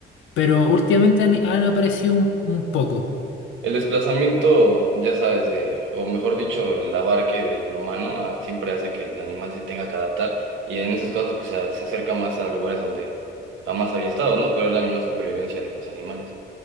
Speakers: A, on the left; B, on the right.
A: pero últimamente han, han aparecido un, un poco.
B: El desplazamiento, ya sabes, de, o mejor dicho, el abarque del humano ah, siempre hace que el animal se tenga que adaptar y en esos casos pues se se acerca más a lugares donde jamás había estado, ¿no? Pero es la misma supervivencia de los animales.